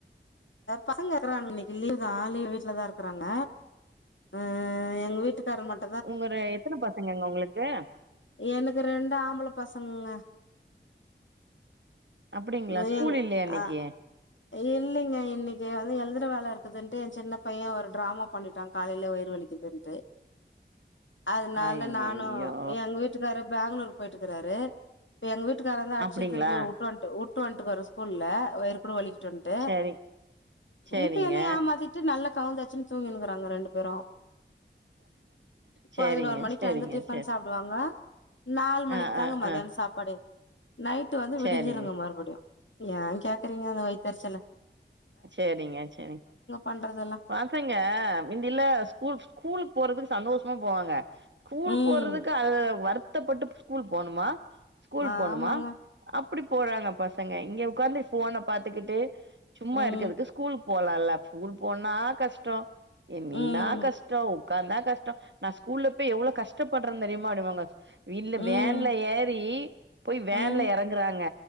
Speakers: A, on the left (about 85°); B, on the right (about 75°).
A: பசங்க இருக்கறான்னு இன்னைக்கி லீவ் தா ஆலே வீட்டுல தா இருக்கறாங்க ஆ எங்க வீட்டுக்காரங்க மாட்
B: உங்கள எத்தனை பசங்கங்க உங்களுக்கு
A: எனக்கு ரெண்டு ஆம்பளை பசங்கங்க
B: அப்டிங்களா
A: நொயங்
B: ஸ்கூல் இல்லையா இன்னைக்கு
A: அ இல்லைங்க இன்னைக்கி வந்து எழுதுற வேல இருக்குதுன்ட்டு எ சின்ன பைய ஒரு டிராமா பண்ணிட்டா காலையிலே வயிரு வலிக்குதுன்ட்டு அதனால
B: ஐயையோ
A: நானு எங்க வீட்டுக்கார பெங்களூருக்கு போயிட்டு இருக்காரு இப்ப எங்க வீட்டுக்காரந்தா அடிச்ச
B: அப்டிங்களா
A: இழுத்துட்டு போய் வுட்டுட்டு வந் ட்டு வுட்டு வந்துட்டுருப்பாரு ஸ்கூல்லல வயிறு கூட வலிக்கிட்டுன்ட்டு
B: சரி சரிங்க
A: இப்ப என்னய ஏமாத்திட்டு நல்லா கவுந்துசடிச்சுன்னு தூங்கினனுக்கறாங்க ரெண்டு பேரு
B: சரிங்க
A: பதினொரு மணிக்கு
B: சரிங்க
A: எழுந்து டிஃபன்
B: சரி
A: சாப் டுவாங்க நாலு மணிக்கு
B: ஆ
A: தாங்க
B: ஆ
A: மத்தியான
B: ஆ
A: சாப்பாடே நை ட்டு வந்து விடிஞ்சிருங்க
B: சரிங்க
A: மறுபடியு ஏ கேக்குறீங்க அந்த வைத்தரிச்சல
B: செரிங்க சரி
A: பண்றதெல்லா
B: பசங்க மிந்தியெல்லா ஸ்கூல் ஸ்கூலுக்கு போறதுக்கு சந்தோஷமா போவாங்க ஸ்கூல்
A: ம்
B: போறதுக்கு அது வருத்தப்பட்டு ஸ்கூல் போணுமா ஸ்கூல்
A: ஆமாங்க
B: போணுமா அப்டி போறாங்க பசங்க இங்க உக்காந்து போனை பாத்துக்கிட்டு சும்மா
A: ம்
B: இருக்கதுக்கு ஸ்கூல் போலால்ல ஸ்கூல் போனா கஷ்டோ நின்னா
A: ம்
B: கஷ்டோ உக்காந்தா கஷ்டோ நா ஸ்கூல்லல போய் எவ்ளோ கஷ்டப்படுறேன்னு தெரியுமா அப்டினுவாங்க இல்ல
A: ம்
B: வேன்ல ஏறி போய்
A: ம்
B: வேன்ல
A: ம்
B: எறங்குறாங்க